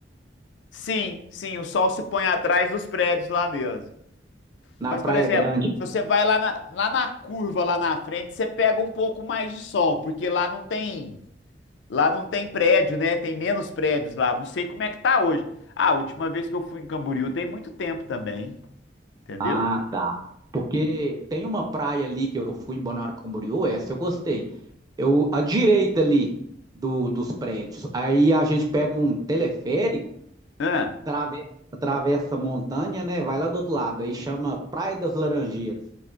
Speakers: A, on the left; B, on the right.
A: Sim, sim, o sol se põe atrás dos prédios lá mesmo.
B: Na
A: Mas,
B: Praia
A: por exemplo,
B: Grande.
A: se você vai lá na, lá na curva, lá na frente, você pega um pouco mais de sol, porque lá não tem. Lá não tem prédio, né? Tem menos prédios lá. Não sei como é que tá hoje. Ah, a última vez que eu fui em Camboriú tem muito tempo também, entendeu?
B: Ah, tá. Porque tem uma praia ali que eu fui em Balneário Camboriú, essa eu gostei. eu, à direita ali do, dos prédios. Aí a gente pega um teleférico,
A: Ah,
B: trave- atravessa a montanha, né? Vai lá do outro lado. Aí chama Praia das Laranjeiras.